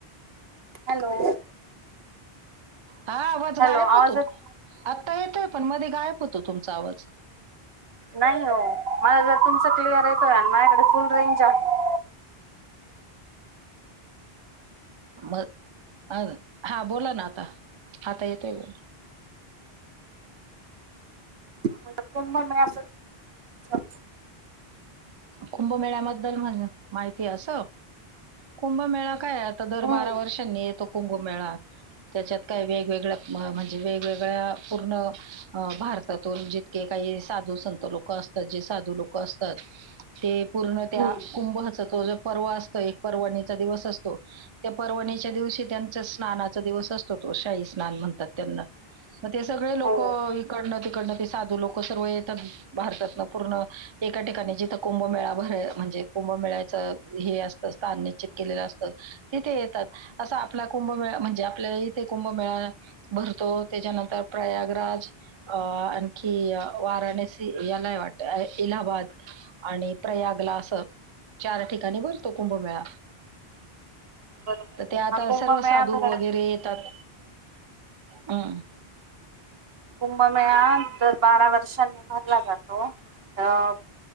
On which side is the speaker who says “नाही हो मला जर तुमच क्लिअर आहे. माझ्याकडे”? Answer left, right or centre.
Right